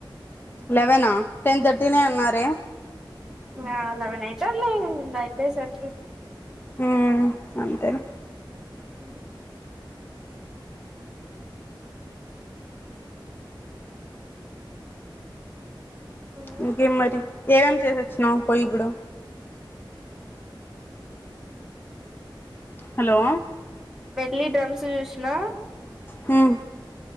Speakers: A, on the left; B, in the centre.
A: లెవనా? టెన్ థర్టీ నె అన్నారే
B: ఆ లెవన్ అయితదిలే అయిపోయేసరికి
A: ఉమ్ అంతేలే
B: ఉమ్ మ్మ్
A: ఇంకేం మరి? ఏమేం చేసొచ్చినావు పోయిప్పుడు? హలో
B: పెళ్లి డ్రమ్స్ జూస్నా
A: హ్మ్